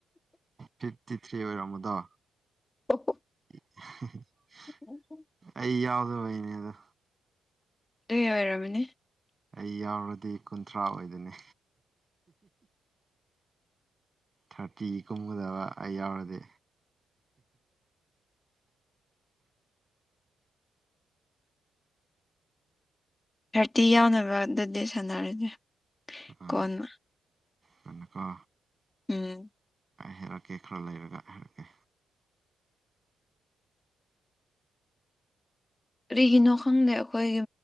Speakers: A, on the right; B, on the left.
A: ꯐꯤꯐꯇꯤ ꯊ꯭ꯔꯤ ꯑꯣꯏꯔꯝꯃꯗꯣ
B: <unintelligible>
A: <inaudible>
B: <inaudible>
A: ꯑꯩ ꯌꯥꯎꯗꯕꯩꯅꯦ ꯑꯗꯣ
B: ꯑꯗꯨ ꯑꯣꯏꯔꯝꯃꯤꯅꯤ
A: ꯑꯩ ꯌꯥꯎꯔꯗꯤ ꯀꯨꯟꯊ꯭ꯔꯥ ꯑꯣꯏꯗꯅꯤ ꯊꯥꯔꯇꯤ ꯀꯨꯝꯒꯗꯕ ꯑꯩ ꯌꯥꯎꯔꯗꯤ
B: ꯊꯥꯔꯇꯤ ꯌꯥꯎꯅꯕ ꯑꯗꯨꯗꯤ ꯁꯥꯟꯅꯔꯁꯦ
A: ꯑ
B: ꯀꯣꯟꯅ
A: ꯀꯅꯀꯣ
B: ꯎꯝ
A: ꯍꯥꯏꯔꯛꯀꯦ ꯈꯔ ꯂꯩꯔꯒ ꯍꯥꯏꯔꯛꯀꯦ
B: ꯀꯔꯤꯒꯤꯅꯣ ꯈꯪꯗꯦ ꯑꯩꯈꯣꯏꯒꯤ